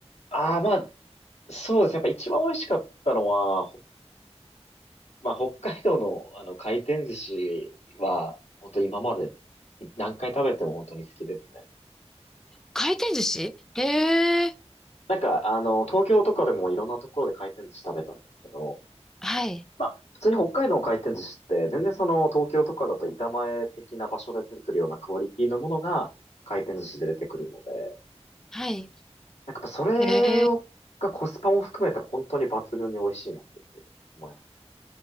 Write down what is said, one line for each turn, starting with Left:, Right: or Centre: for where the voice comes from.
Left: ああ、まあ、そうですね。やっぱ一番美味しかったのは、ほまあ、北海道のあの回転寿司は、本当今までい何回食べても本当に好きですね。
Centre: 回転寿司へえ。
Left: なんか、あの、東京とかでもいろんなところで回転寿司食べたんですけど、
Centre: はい。
Left: まあ、普通に北海道の回転寿司って、全然その東京とかだと板前的な場所で出てくるようなクオリティのものが回転寿司で出てくるので、
Centre: はい。
Left: なんかやっぱそれを、
Centre: へえ。
Left: がコスパも含めて本当に抜群に美味しいなっていうふうに思います。